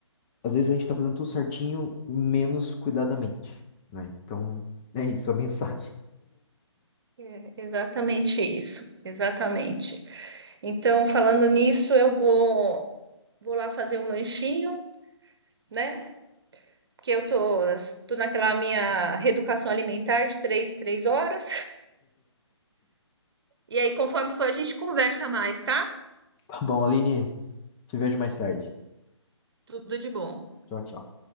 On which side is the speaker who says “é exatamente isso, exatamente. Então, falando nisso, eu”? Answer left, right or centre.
Right